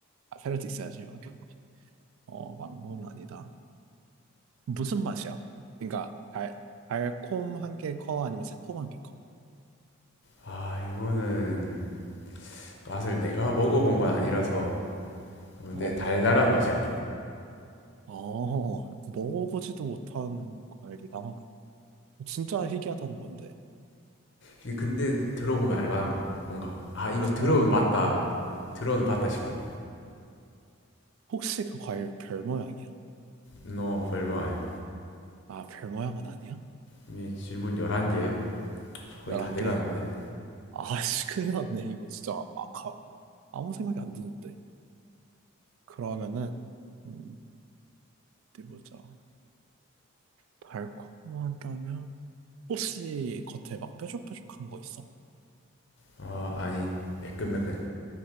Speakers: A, on the right (about 70°); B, on the left (about 55°).
A: 아, 페널티 있어야지, 오케이. 오케이. 어, 망고는 아니다. 무슨 맛이야? 그러니까, 달, 달콤한 게 커? 아니면 새콤한 게 커?
B: 아 이거는 맛을 내가 먹어본 건 아니라서 근데
A: 어,
B: 달달한 맛이야
A: 아, 먹어보지도 못한 과일이다. 진짜 희귀하다는 건데.
B: 이게 근데 들어보면 알만한 거야 뭔가 아 이거
A: 들어보면
B: 들어는 맞다
A: 알만해?
B: 들어는 봤다 싶은
A: 혹시 그 과일 별 모양이야?
B: 너 별말 아니야
A: 아, 별 모양은 아니야?
B: 이 질문 11개 거의
A: 11개?
B: 다 돼가는데
A: 아씨, 큰일 났네. 이거 진짜 아, 가, 아무 생각이 안 드는데. 그러면은, 음, 어디 보자. 달콤하다면? 혹시 겉에 막 뾰족뾰족한 거 있어?
B: 아 아니 매끈매끈